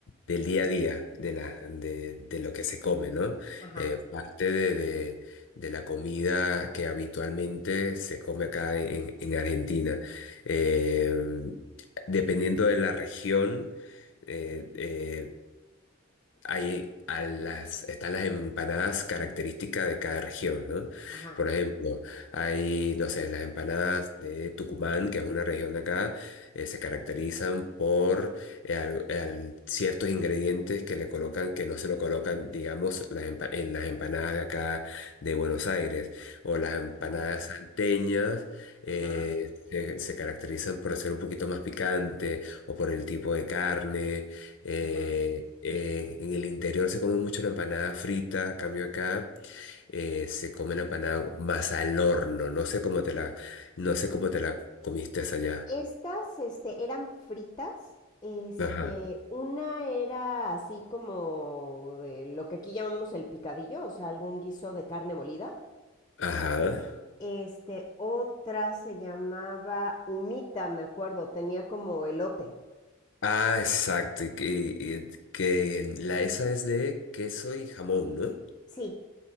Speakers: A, on the left; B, on the left.
A: del día a día, de la, de, de lo que se come, ¿no?
B: ajá.
A: Eh, parte de, de, de la comida que habitualmente se come acá en, en Argentina. Eh, dependiendo de la región, eh, eh, hay a las, están las empanadas características de cada región, ¿no?
B: Ajá,
A: Por ejemplo, hay, no sé, las empanadas de Tucumán, que es una región de acá, eh, se caracterizan por eh, al- al- ciertos ingredientes que le colocan, que no se lo colocan, digamos, las empa- en las empanadas de acá de Buenos Aires. O las empanadas
B: Oh,
A: salteñas eh,
B: ajá,
A: se, se caracterizan por ser un poquito más picante o por el tipo de carne eh,
B: ajá.
A: eh, en el interior se come mucho la empanada frita, a cambio acá eh, se come la empanada más al horno. No sé cómo te la, no sé cómo te la comiste esa allá.
B: Estas, este, eran fritas. Este,
A: Ajá.
B: una era así como de lo que aquí llamamos el picadillo, o sea, algún guiso de carne molida.
A: Ajá.
B: Este, otra se llamaba humita, me acuerdo, tenía como elote.
A: Ah, exacto. Y, que y que la esa es de queso y jamón, ¿no?
B: Sí,